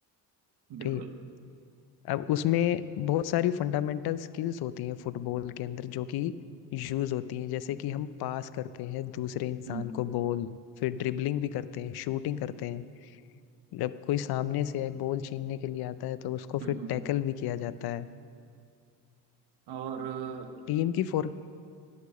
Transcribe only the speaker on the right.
बिल्कुल
हम्म
हम्म
हम्म।
और अ,